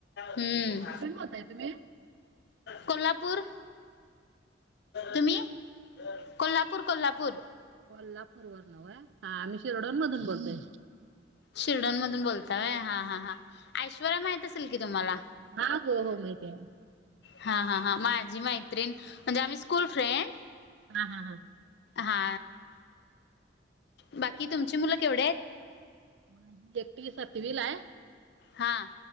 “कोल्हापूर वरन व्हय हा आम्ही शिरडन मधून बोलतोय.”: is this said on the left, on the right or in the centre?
Right